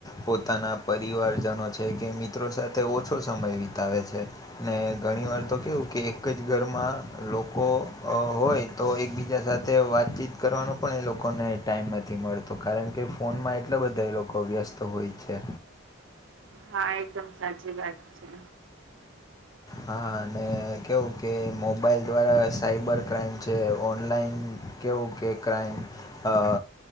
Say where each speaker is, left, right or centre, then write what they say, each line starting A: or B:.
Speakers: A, on the left (about 15°); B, on the right (about 60°).
A: પોતાના પરિવારજનો છે કે મિત્રો સાથે ઓછો સમય વિતાવે છે. ને ઘણી વાર તો કેવું કે એક જ ઘરમાં લોકો અહ હોય તો એકબીજા સાથે વાતચીત કરવાનો પણ એ લોકોને ટાઈમ નથી મળતો કારણ કે ફોનમાં એટલા બધા એ લોકો વ્યસ્ત હોય છે.
B: હા, એકદમ સાચી વાત છે.
A: હા, અને કેવું કે મોબાઈલ દ્વારા સાઈબર ક્રાઈમ છે ઓનલાઈન કેવું કે ક્રાઇમ અ